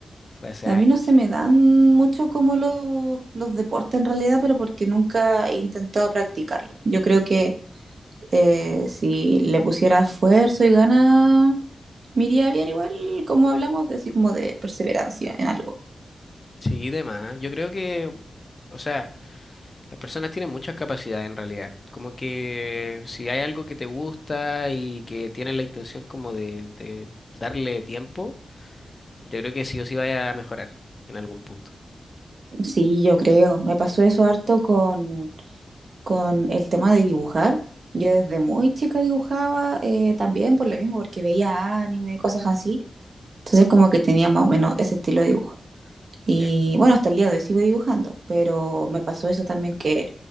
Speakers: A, on the left; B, on the right.
A: fue hace
B: A
A: años.
B: mí no se me dan mucho como los, los deportes en realidad, pero porque nunca he intentado practicarlo. Yo creo que eh, si le pusiera esfuerzo y ganas, me iría bien igual como hablamos de así como de perseverancia en algo.
A: Sí, demás. Yo creo que, o sea, las personas tienen muchas capacidades en realidad. Como que si hay algo que te gusta y que tienes la intención como de, de darle tiempo, yo creo que sí o sí vaya a mejorar en algún punto.
B: Sí, yo creo. Me pasó eso harto con, con el tema de dibujar. Yo desde muy chica dibujaba eh, también por lo mismo, porque veía anime, cosas así. Entonces como que tenía más o menos ese estilo de dibujo. Y
A: Ya.
B: bueno, hasta el día de hoy sigo dibujando, pero me pasó eso también que